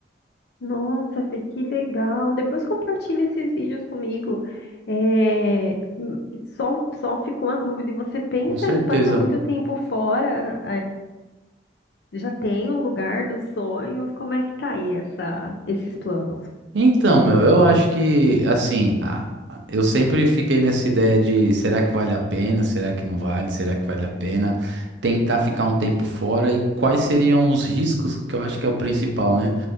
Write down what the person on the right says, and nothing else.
Com certeza.
Então, meu, eu acho que, assim, a- a- eu sempre fiquei nessa ideia de será que vale a pena, será que não vale, será que vale a pena tentar ficar um tempo fora e quais seriam os riscos, que eu acho que é o principal, né?